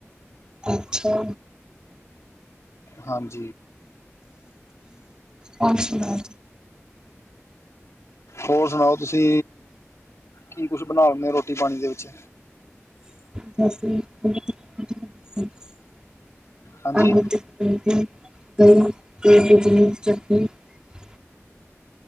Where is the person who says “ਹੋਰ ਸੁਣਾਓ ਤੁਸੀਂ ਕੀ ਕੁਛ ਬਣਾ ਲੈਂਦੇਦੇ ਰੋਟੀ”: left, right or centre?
Left